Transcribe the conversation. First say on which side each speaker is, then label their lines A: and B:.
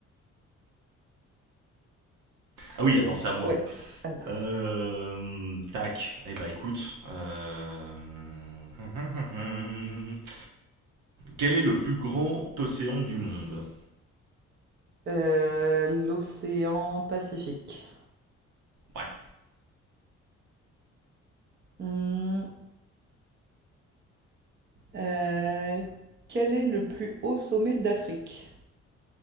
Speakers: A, on the right; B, on the right.
A: ah oui, alors c'est à moi.
B: Ouais. Attends.
A: Euh, tac. Eh bah écoute. euh, <laughs> quel est le plus grand océan du monde
B: Euh, l'océan Pacifique.
A: Ouais,
B: Hmm, euh, quel est le plus haut sommet d'Afrique?